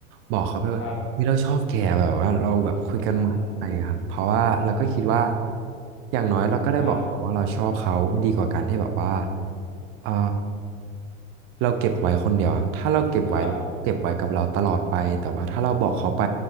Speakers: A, on the right (about 30°); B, on the left (about 30°).
A: บอกเขาไปว่าเฮ้ยเราชอบแกแบบว่าเราแบบคุยกันใหม่อะไรอย่างเงี้ยครับเพราะว่าเราก็คิดว่า
B: ครับอ่า
A: อย่างน้อยเราก็ได้บอกเขาว่าเราชอบเขาดีกว่าการที่แบบว่า
B: ครับ
A: เออเราเก็บไว้คนเดียวอะถ้าเราเก็บไว้เก็บไว้กับเราตลอดไปแต่ว่าถ้าเราบอกเขาไป
B: ครับ